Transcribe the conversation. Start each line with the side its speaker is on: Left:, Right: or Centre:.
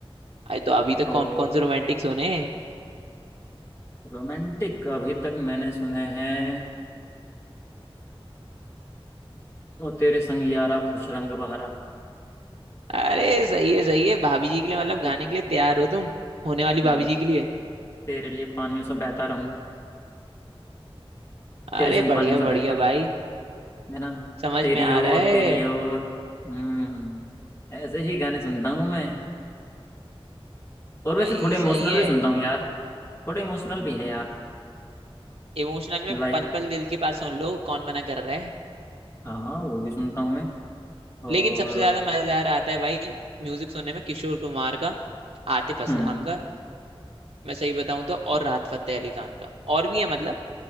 Right: अरे तो अभी तक
Left: तो
Right: कौन कौन से रोमांटिक सोने हैं
Left: रोमांटिक अभी तक मैंने सुने हैं ओ तेरे संग यारा खुश रंग बहारा
Right: अरे सही है सही है भाभी जी के लिए मतलब गाने
Left: ये
Right: के लिए तैयार हो तुम होने वाली भाभी
Left: हम्म
Right: जी के लिए
Left: तेरे लिए पानियों सा बहता रहूं
Right: अरे
Left: तेरे संग
Right: बढ़िया
Left: पानियों सा
Right: बढ़िया
Left: बहता रहूं
Right: भाई
Left: है ना
Right: समझ
Left: तेरी
Right: में आ
Left: ओर
Right: रहा है
Left: तेरी ओर हम्म ऐसे ही गाने सुनता हूँ मैं और वैसे
Right: भाई
Left: थोड़े इमोशनल
Right: सही है
Left: भी सुनता हूँ यार थोड़े इमोशनल भी है यार
Right: इमोशनल में
Left: लाइक
Right: पल पल दिल के पास सुन लो कौन मना कर रहा है
Left: हाँ वो भी सुनता हूँ मैं और
Right: लेकिन सबसे ज्यादा मजेदार आता है भाई म्यूजिक सुनने में किशोर कुमार का आतिफ असलाम
Left: हम्म
Right: का मैं सही बताऊं तो और राहत फतेह अली खान का और भी है मतलब